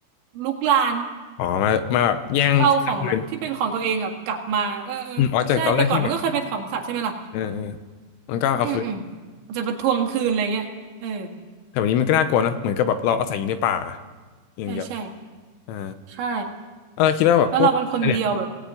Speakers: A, on the right; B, on the left.
A: ลุกลาน
B: อ๋อมามาแบบแย่งที่ทำคืน
A: เอาของแบบที่เป็นของตัวเองแบบกลับมาเออ
B: อืมอ๋อจากตอนแรกที่แบบ
A: ใช่แต่ก่อนมันก็เคยเป็นของสัตว์ใช่ไหมล่ะ
B: เออเออมันก็เอาคืน
A: อืมอืมอาจจะไปทวงคืนอะไรเงี้ยเออ
B: แต่วันนี้มันก็น่ากลัวเนอะเหมือนกับแบบเราอาศัยอยู่ในป่าอย่างเดียว
A: ใช่ใช่
B: อ่า
A: ใช่
B: เออคิดว่าแบบพวกอินเทอร์เน็ต
A: แล้วเราเป็นคนเดียวแบบ